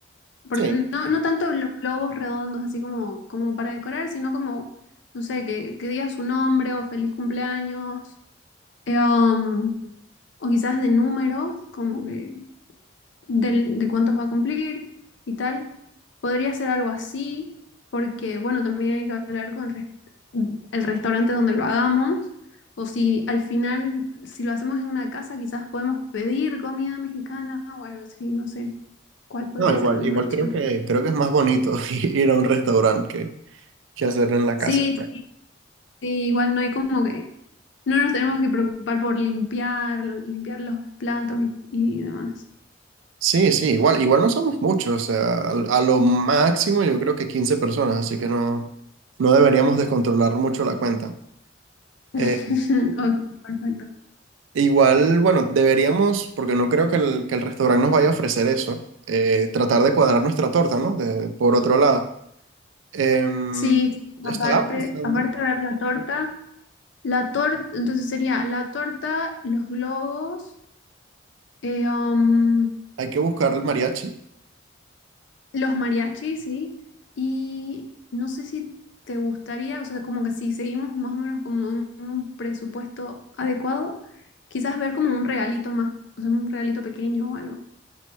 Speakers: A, on the left; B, on the right.
A: porque
B: Sí,
A: no, no tanto los globos redondos así como, como para decorar, sino como, no sé, que, que diga su nombre o feliz cumpleaños. Eh, um, o quizás de números, como que del- de, cuántos va a cumplir y tal. Podría ser algo así, porque bueno, también hay que hablar con res- el restaurante donde lo hagamos, o si al final, si lo hacemos en una casa, quizás podemos pedir comida mexicana o algo así, no sé cuál podría
B: no, igual,
A: ser la mejor
B: igual
A: opción.
B: creo que, creo que es más bonito <laughs> ir a un restaurante que, que hacerlo en la
A: Sí,
B: casa.
A: sí, igual no hay como que, no nos tenemos que preocupar por limpiar, lo- limpiar los platos y, y demás.
B: Sí, sí, igual, igual no somos muchos, o sea, a, a lo máximo yo creo que 15 personas, así que no, no deberíamos descontrolar mucho la cuenta.
A: <laughs>
B: Eh,
A: Ok, perfecto.
B: Igual, bueno, deberíamos, porque no creo que el, que el restaurante nos vaya a ofrecer eso, eh, tratar de cuadrar nuestra torta, ¿no? De- por otro lado. Em,
A: Sí,
B: estaba
A: aparte,
B: pensando,
A: aparte de ver la torta, la torta, entonces sería la torta, los globos, eh, um,
B: hay que buscar el mariachi.
A: los mariachis, ¿sí? Y no sé si te gustaría, o sea, como que si seguimos más o menos como un, un presupuesto adecuado, quizás ver como un regalito más, o sea, un regalito pequeño o algo.